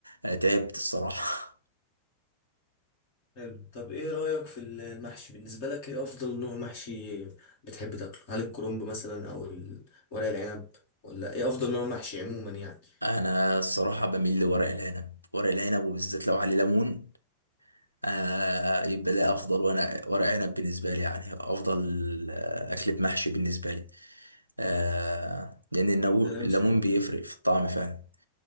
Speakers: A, on the right; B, on the left.
A: تعبت الصراحه
B: حلو طب ايه رايك في المحشي بالنسبه لك ايه افضل نوع محشي بتحب تاكله هل الكرنب مثلا او ال- ورق العنب ولا ايه افضل نوع محشي عموما يعني
A: <laughs> انا الصراحه بميل لورق العنب ورق العنب وبالذات لو عليه ليمون آه يبقى ده افضل وانا ورق عنب بالنسبه لي يعني افضل آه، اكل بمحشي بالنسبه لي آه لان النو-
B: كلام
A: الليمون
B: سليم
A: بيفرق في الطعم فعلا